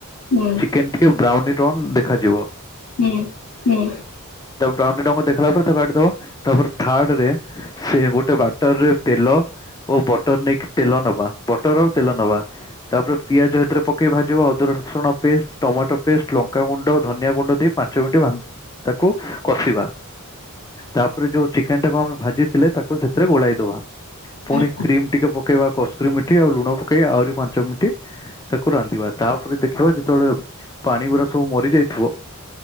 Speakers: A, on the left; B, on the left.
A: ହୁଁ ଉଁ
B: ଚିକେନ ଟିକେ ବ୍ରାଉନି ରନ୍ ଦେଖାଯିବ।
A: ହୁଁ ହୁଁ।
B: ତାପରେ ବ୍ରାଉନି ରଙ୍ଗ ଦେଖିଲା ପରେ ତ କାଟିଦବା ତାପରେ ଥାର୍ଡରେ ସେ ଗୋଟେ ବାଟରରେ ତେଲ ଓ ବଟର ନେଇକି ତେଲ ନବା, ବଟର ଆଉ ତେଲ ନବା, ତାପରେ ପିଆଜ ଏଥିରେ ପ ପକେଇ ଭାଜିବ, ଅଦର ରସୁଣ ପେଷ୍ଟ, ଟମାଟୋ ପେଷ୍ଟ, ଲଙ୍କାଗୁଣ୍ଡ, ଧନିଆଗୁଣ୍ଡ, ଦେଇ ପାଞ୍ଚ ମିନିଟ୍ ଭାଜ ତାକୁ କଷିବା ତାପରେ ଯୋଉ ଚିକେନ ଟାକୁ ଆମେ ଭାଜିଥିଲେ, ତାକୁ ସେଥିରେ ଗୋଳେଇ ଦବା, ପୁଣି
A: ହଁ
B: କ୍ରିମ ଟିକେ ପକେଇବା, କସ୍ତୁରୀ ମିଠି ଆଉ ଲୁଣ ପକାଇ ଆହୁରି ପାଞ୍ଚ ମିଣ୍ଟି ତାକୁ ରାନ୍ଧିବା, ତାପରେ ଦେଖିବା ଯେତେବେଳେ ପାଣି ଗୁଡା ସବୁ ମରିଯାଇଥିବ।